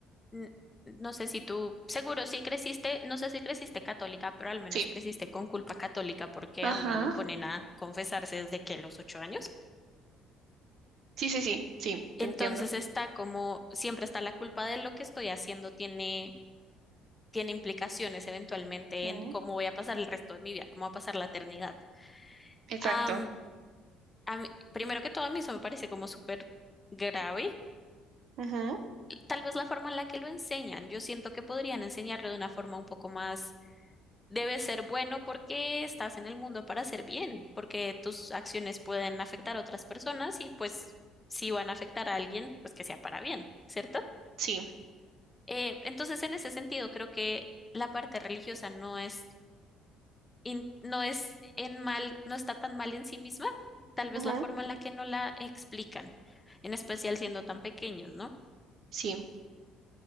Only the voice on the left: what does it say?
n- no sé si tú, seguro sí creciste, no sé si creciste católica, pero al menos
creciste con culpa católica porque a
uno lo ponen a confesarse desde que los ocho años.
Entonces
está como, siempre está la culpa de lo que estoy haciendo, tiene, tiene implicaciones eventualmente
en cómo voy a pasar el resto de mi vida, cómo va a pasar la eternidad.
Am, a mí- primero que todo, a mí eso me parece como súper grave.
Tal vez la forma en la que lo enseñan. Yo siento que podrían enseñarlo de una forma un poco más, debe ser bueno porque estás en el mundo para hacer bien, porque tus acciones pueden afectar a otras personas y pues si van a afectar a alguien, pues que sea para bien, ¿cierto?
Eh, entonces, en ese sentido, creo que la parte religiosa no es in- no es en mal, no está tan mal en sí misma, tal vez
la forma en la que no la explican, en especial siendo tan pequeños, ¿no?